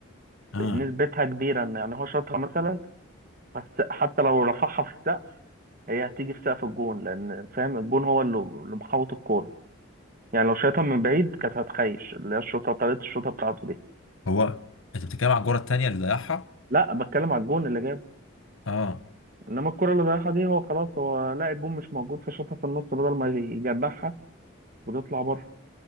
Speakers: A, on the left (about 75°); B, on the right (about 40°).
A: اه
B: نسبتها كبيرة ان يعني هو شاطها مثلا بس حتى لو رفعها في السقف هي هتيجي في سقف الجون لان فاهم الجون هو اللي اللي محوط الكورة يعني لو شايطها من بعيد كانت هتخيش اللي هي الشوطة طريقة الشوطة بتاعته دي
A: هو انت بتتكلم على الجرة التانية اللي ضيعها
B: لا بتكلم على الجون اللي جابه
A: اه
B: انما الكرة اللي ضيعها دي هو خلاص هو لا الجون مش موجود فشاطها في النص بدل ما يجنحها وتطلع بره